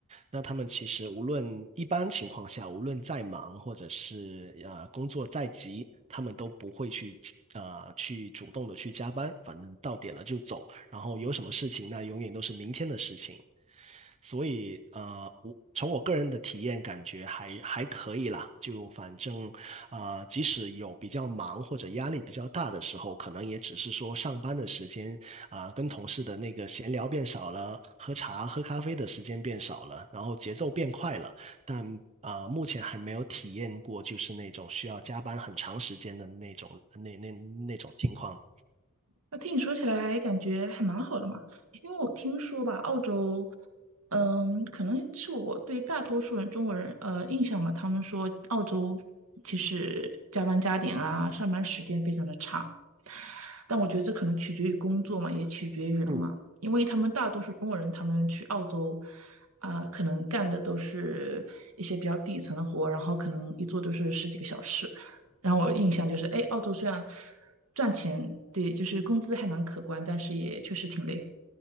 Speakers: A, on the right; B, on the right.
A: 那他们其实无论一般情况下，无论再忙或者是呃工作再急，他们都不会去呃去主动的去加班，反正到点了就走，然后有什么事情那永远都是明天的事情。所以呃，我从我个人的体验感觉还还可以啦，就反正啊、呃即使有比较忙或者压力比较大的时候，可能也只是说上班的时间啊、跟同事的那个闲聊变少了，喝茶、喝咖啡的时间变少了，然后节奏变快了，但啊、呃目前还没有体验过就是那种需要加班很长时间的那种那那那种情况。
B: 那听你说起来，感觉还蛮好的嘛。因为我听说吧，澳洲，嗯，可能是我对大多数人中国人呃印象嘛，他们说澳洲其实加班加点啊，上班时间非常的长。但我觉得这可能取决于工作嘛，也取决于人嘛。
A: 嗯，
B: 因为他们大多数中国人，他们去澳洲啊、可能干的都是一些比较底层的活，然后可能一做都是十几个小时。然后我印象就是，哎，澳洲虽然赚钱，对，就是工资还蛮可观，但是也确实挺累